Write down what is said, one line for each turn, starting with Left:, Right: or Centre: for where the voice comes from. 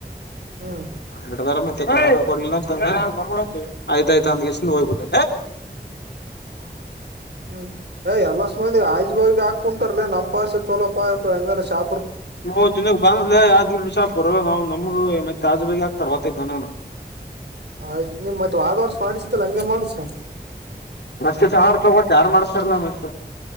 Right: ಹ್ಮ್
Left: ಹಿಡಿದರೆ ಮತ್ತೆ ಕೊಡು ಅಂದ್ರೆ ಕೊಡ್ಲಿಲ್ಲ ಅಂತ ಅಂದೇ ಆಯ್ತಾಯ್ತ ಅವ್ನ್ ಗೆಸ್ಸ್ ನಿಂದ ಹೋಗ್ಬಿಡು
Right: ಹ್ಮ್ ಎಲ್ಲ ಸಂದ ಆಜ್ ಬಾವಿಗೆ ಹಾಕ ಕುಂತಾರಲ ನಮ್ಮ್ಸ್ ಚಲೋಪ ಹಂಗ ಶಾಪ
Left: ನಮಗೆ ಒಂದು ದಿನಗ್ ಬಾ ಅನ್ನರಲೇ ಯಾದಗಿರಿ ಶಾಪರು ನಾವ್ ನಮ್ಗ ಮತ್ತೆ. ತಾಜುಬೇಗ ಆಕ್ ತರ್ವತೈತ ನಾನ.
Right: ಹ ನಿಮ್ ಮತ್ ವಾದ ವರ್ಸ ಮಾಡಿಸ್ದಲ್ಲ ಹಂಗೆ ಮಾಡಸ---!
Left: ಮತ್ತೆ ಸಾವಿ ರೂಪಾಯಿ ಕೊಟ್ಟು ಯಾರು ಮಾಡಸ್ತಾರಲ್ಲ ಮತ್ತೆ